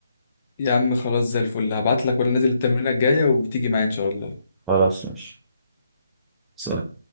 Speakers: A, on the left; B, in the centre.
A: يا عم خلاص زي الفل هبعت لك وانا نازل التمرينة الجاية وتيجي معايا ان شاء الله
B: خلاص ماشي سلام